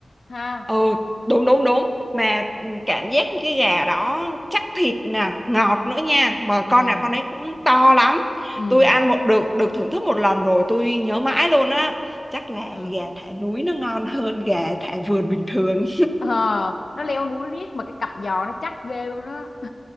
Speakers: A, on the left (about 70°); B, in the centre.
A: ha
B: ừ đúng đúng đúng mà ừ, cảm giác cái gà đó chắc thịt nè ngọt nữa nha mà
A: ừ
B: con nào con ấy cũng to lắm
A: ừ
B: tôi ăn một được được thưởng thức một lần rồi tôi nhớ mãi luôn á chắc là
A: ờ.
B: gà thả núi nó ngon hơn gà thả vườn bình thường
A: Ờ, nó leo núi riết mà cái cặp giò nó chắc ghê luôn á